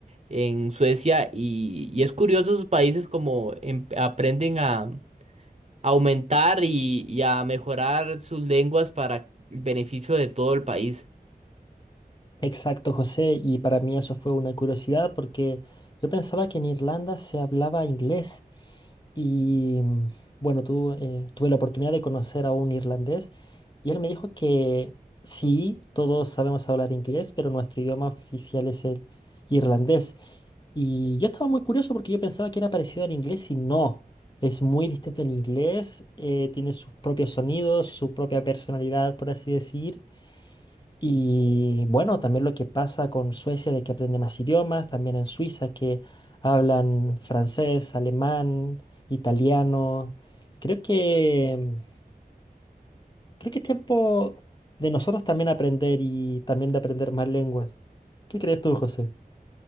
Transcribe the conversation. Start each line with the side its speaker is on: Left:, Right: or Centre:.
Right: en Suecia y, y es curioso sus países como em- aprenden a aumentar y, y a mejorar sus lenguas para el beneficio de todo el país.
Left: Exacto, José, y para mí eso fue una curiosidad porque yo pensaba que en Irlanda se hablaba inglés, Y mm, bueno, tú, eh, tuve la oportunidad de conocer a un irlandés y él me dijo que sí, todos sabemos hablar inglés, pero nuestro idioma oficial es el irlandés. Y yo estaba muy curioso porque yo pensaba que era parecido al inglés y no. Es muy distinto al inglés, eh, tiene sus propios sonidos, su propia personalidad, por así decir. Y bueno, también lo que pasa con Suecia de que aprende más idiomas, también en Suiza que hablan francés, alemán, italiano. Creo que creo que es tiempo de nosotros también aprender y también de aprender más lenguas. ¿Qué crees tú, José?